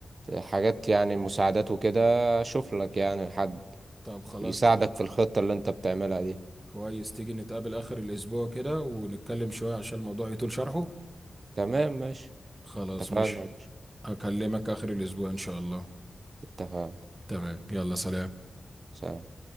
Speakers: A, on the right; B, on the right.
A: حاجات يعني مساعدات وكده اشوف لك يعني حد
B: طب خلاص
A: يساعدك في الخطة اللي انت بتعملها دي
B: كويس تيجي نتقابل آخر الأسبوع كده ونتكلم شوية عشان الموضوع يطول شرحه
A: تمام ماشي
B: خلاص
A: اتفقنا
B: ماشي أكلمك آخر الأسبوع إن شاء الله
A: اتفقنا
B: تمام يلا سلام
A: سلام